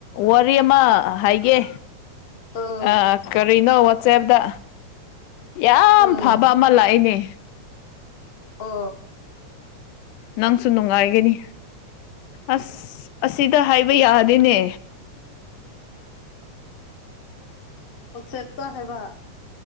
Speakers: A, on the left; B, on the left.
A: ꯋꯥꯔꯤ ꯑꯃ ꯍꯥꯏꯒꯦ
B: ꯑꯥ
A: ꯑ ꯀꯔꯤꯅꯣ ꯋꯥꯆꯦꯞꯇ ꯌꯥꯝ
B: ꯎꯝ
A: ꯐꯕ ꯑꯃ ꯂꯥꯛꯏꯅꯦ
B: ꯑ
A: ꯅꯪꯁꯨ ꯅꯨꯡꯉꯥꯏꯒꯅꯤ ꯑꯁ ꯑꯁꯤꯗ ꯍꯥꯏꯕ ꯌꯥꯗꯦꯅꯦ
B: ꯑꯣꯁꯦꯠꯇ ꯍꯦꯕ